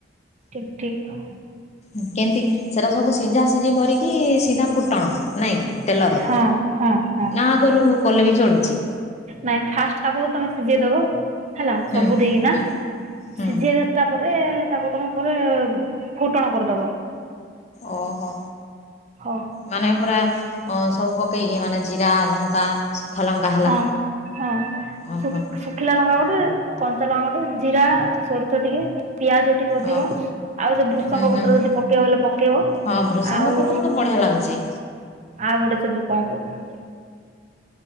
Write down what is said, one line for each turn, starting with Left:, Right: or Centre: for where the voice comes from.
Right: ଠିକ୍ ଠିକ୍।
Left: ଉଁ କେମିତି ସେଟା ସବୁ ସିଝା ସି ଜି କରିକି ସିଧା ଫୁଟଣ ନାଇଁ କିି ତେଲରେ
Right: ହଁ ହଁ ହଁ
Left: ନା ଆଗରୁ କଲେ ବି ଚଳୁଚି।
Right: ନାଇଁ ଫାଷ୍ଟ ତାକୁ ତ ତମେ ସିଝେଇ ଦବ ହେଲା
Left: ହୁଁ
Right: ସବୁ ଦେଇକି ନା
Left: ହୁଁ ହୁଁ
Right: ସିଝେଇ ଦେ ଆସିଲା ପରେ ତାକୁ ତମେ ପରେ ଫୁଟଣ କରଦବ।
Left: ଓ ହୋ।
Right: ହଉ
Left: ମାନେ ପୁରା ଉଁ ସବୁ ପକେଇକି ମାନେ ଜିରା ଲଙ୍କା ଶୁଖା ଲଙ୍କା ହେଲା
Right: ହଁ ହଁ
Left: ଓହୋ
Right: ସୁ
Left: ହୋ
Right: ଶୁଖ୍ ଖିଲା ଲଙ୍କା ଗୋଟେ କଞ୍ଚା ଲଙ୍ଗା ଗୋଟେ ଜିରା ସୋରିଷ ଟିକେ ପିଆଜ ଟିକେ ଅଧିକ
Left: ଓହୋ
Right: ଆଉ ସେ ବୃଷଙ୍ଗ
Left: ହୁଁ ହୁଁ
Right: ପତ୍ର
Left: ହୁଁ
Right: ଯଦି ପକେଇବ ବଲେ ପକେଇବ।
Left: ହଁ ବୃଷଙ୍ଗ
Right: ଆଉ
Left: ପତ୍ର ତ ବଢ଼ିଆ ଲାଗୁଚି।
Right: ଆଉ ଗୋଟେ ସେ ଯୋଉ କଁ କହୁଛନ୍ତି।